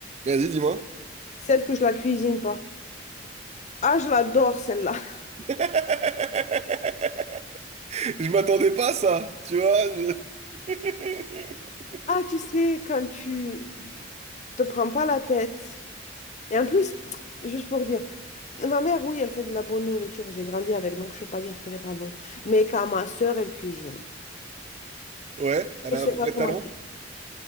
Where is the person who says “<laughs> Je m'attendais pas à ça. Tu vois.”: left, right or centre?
Right